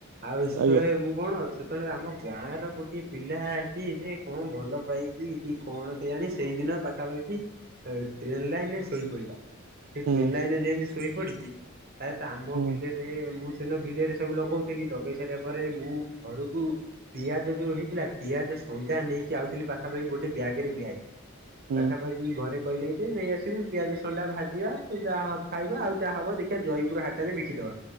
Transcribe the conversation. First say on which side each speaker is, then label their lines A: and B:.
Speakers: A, on the right (about 50°); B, on the right (about 75°).
A: ଆଉ ସେତେବେଳେ
B: ଆଜ୍ଞା
A: ମୁଁ କଣ ସେ ତେଳେ ଆମ ଗାଁ ର ଗୋଟିଏ ପିଲା କି ସେ କଣ ଭଲ ପାଇକି କି କଣ କେଜାଣି ସେଇଦିନ ପାଖାପାଖି ଟ୍ରେନ ଲାଇନରେ ଶୋଇ ପଡ଼ିଲା। ସେ
B: ହୁଁ
A: ଟ୍ରେନ୍ ଲାଇନ ରେ ଯେମତି ଶୋଇ ପଡିଛି ପ୍ରାୟତ ଆମ
B: ହୁଁ
A: ବିଲରେ ମୁଁ ଦିନ ବିଲରେ ସବୁ ଲଗଉଥିଲି ଲଗେଇ ସାରିବା ପରେ ମୁଁ ଘରକୁ କୁ ପିଆଜ ଯୋଉ ହେଇଥିଲା ପିଆଜ ସଣ୍ଡା ନେଇକି ଆଉଥିଲି ପାଖାପାଖି ଗୋଟେ ବ୍ୟାଗ୍ ରେ ବ୍ୟାଗ
B: ହୁଁ
A: ପାଖାପାଖି ଘରେ କହିଲେ ଯେ ନେଇ ଆସିବୁ। ପିଆଜ ସଣ୍ଡା ଭାଜିବା ଯାଆ ହବ ଖାଇବା ଆଉ ଯାହା ହବ ଦେଖିବା ଜୟପୁର ହାଟରେ ବିକିଦବା।